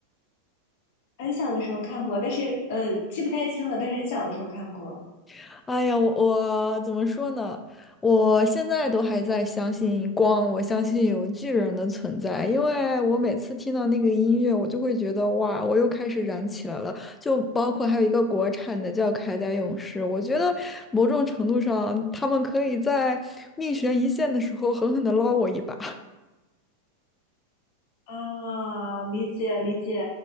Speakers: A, on the left; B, on the left.
A: 很小的时候看过，但是呃记不太清了，但是很小的时候看过。
B: <laughs> 哎呀，我我怎么说呢？我现在都还在相信光，我相信有巨人的存在，因为我每次听到那个音乐，我就会觉得哇，我又开始燃起来了。就包括还有一个国产的叫《铠甲勇士》，我觉得某种程度上，他们可以在命悬一线的时候狠狠地捞我一把。
A: 啊，理解理解。